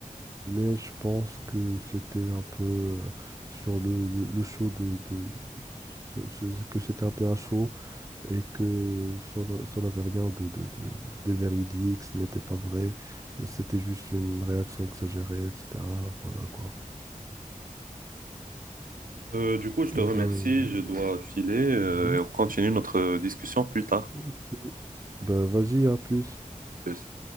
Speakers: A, on the right; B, on the right.
A: Mais je pense que c'était un peu euh, sur le, le, le show de, de- sur- sur- que c'était un peu à chaud et que ça n- ça n'avait rien de, de, de, de véridique, ce n'était pas vrai, euh, c'était juste une réaction exagérée, etc. Voilà quoi.
B: Euh, du coup, je te
A: Euh,
B: remercie,
A: Ben,
B: je dois filer euh,
A: mhm.
B: et on continue notre discussion plus tard.
A: ok. Ben, vas-y, à plus.
B: en plus.